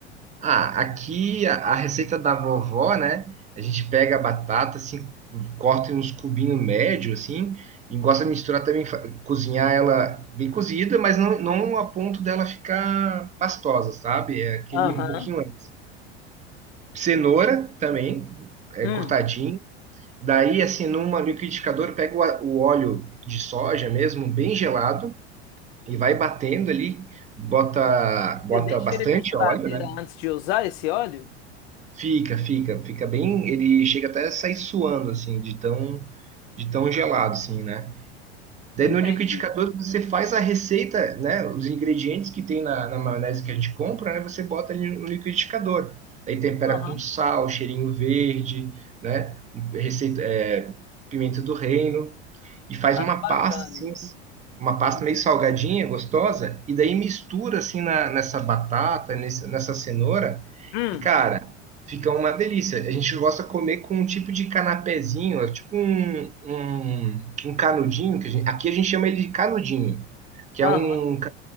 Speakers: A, on the right; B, on the left.
A: Ah, aqui a, a receita da vovó, né? A gente pega a batata, assim, corta em uns cubinhos médio, assim, e gosta de misturar também, fa- cozinhar ela bem cozida, mas não, não a ponto dela ficar pastosa, sabe? É aquele
B: Aham.
A: um pouquinho antes. Cenoura também, é
B: Hum.
A: cortadinho. Daí, assim, numa liquidificadora, pega o, a- o óleo de soja mesmo, bem gelado, e vai batendo ali, bota, bota
B: Você deixa
A: bastante
B: ele na geladeira
A: óleo, né?
B: antes de usar esse óleo?
A: Fica, fica, fica bem. Ele chega até a sair suando, assim, de tão, de tão gelado, assim, né? Daí
B: Entendi.
A: no liquidificador você faz a receita, né? Os ingredientes que tem na, na maionese que a gente compra, né? Você bota ali no liquidificador. Daí tempera
B: Aham.
A: com sal, cheirinho verde, né? Receita, é, pimenta do reino e faz
B: Ah,
A: uma
B: bacana.
A: pasta assim, uma pasta
B: Uhum.
A: meio salgadinha, gostosa, e daí mistura assim na- nessa batata, nesse- nessa cenoura,
B: Hum.
A: e cara, fica uma delícia. A gente gosta de comer com um tipo de canapézinho, é tipo um, um, um canudinho, que a gente- aqui a gente chama ele de canudinho, que
B: Aham.
A: é um, ca-